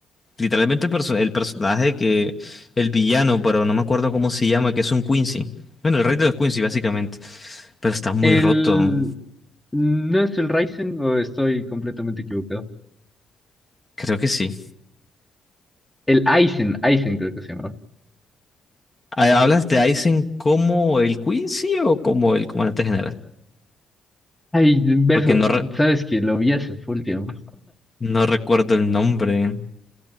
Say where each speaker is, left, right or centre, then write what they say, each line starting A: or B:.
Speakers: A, on the left; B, in the centre.
A: literalmente el, perso- el personaje que el villano, pero no me acuerdo cómo se llama, que es un Quincy. Bueno, el rey de los Quincy básicamente, pero está muy
B: El,
A: roto.
B: ¿no es el Raisen o estoy completamente equivocado?
A: Creo que sí.
B: El Aizen, Aizen creo que se llamaba.
A: Ah, ¿Hablas de Aizen como el Quincy o como el comandante general?
B: Ay, verso,
A: Porque no
B: sabes que lo vi hace full tiempo.
A: No recuerdo el nombre.